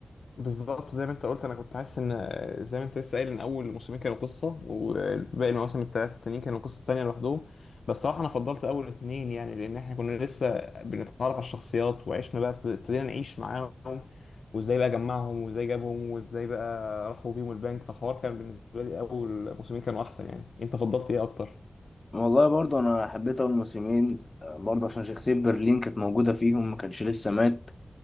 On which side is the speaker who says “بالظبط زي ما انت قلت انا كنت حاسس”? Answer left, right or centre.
Left